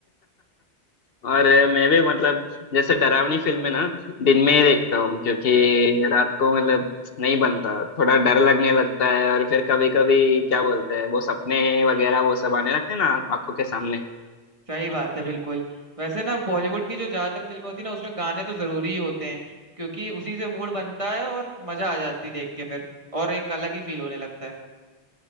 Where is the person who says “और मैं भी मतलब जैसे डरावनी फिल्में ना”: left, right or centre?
Left